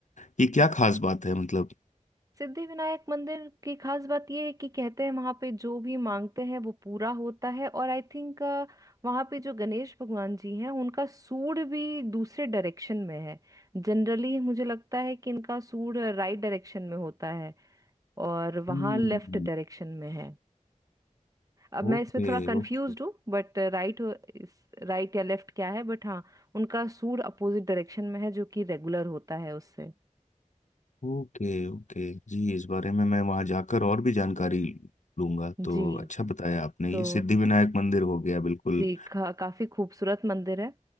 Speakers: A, on the left; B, on the right.
A: की क्या खास बात है मतलब
B: सिद्धि विनायक मंदिर की खास बात ये है कि कहते हैं वहां पे जो भी मांगते हैं वो पूरा होता है और आई थिंक वहां पे जो गणेश भगवान जी हैं उनका सूंड भी दूसरे डायरेक्शन में है जनरली मुझे लगता है कि इनका सूंड राइट डायरेक्शन में होता है और
A: Hmm
B: वहां लेफ्ट डायरेक्शन में है अब मैं
A: Okay
B: इसमें थोड़ा कंफ्यूज
A: okay
B: हूँ बट राइट इस राइट या लेफ्ट क्या है बट हाँ उनका सूर अपोजिट डायरेक्शन में है जो कि रेगुलर होता है उससे
A: okay okay जी इस बारे में मैं वहाँ जाकर और भी जानकारी लूंगा तो
B: जी
A: अच्छा बताया आपने
B: तो
A: ये सिद्धि विनायक मंदिर हो गया बिल्कुल
B: जी का, काफी खूबसूरत मंदिर है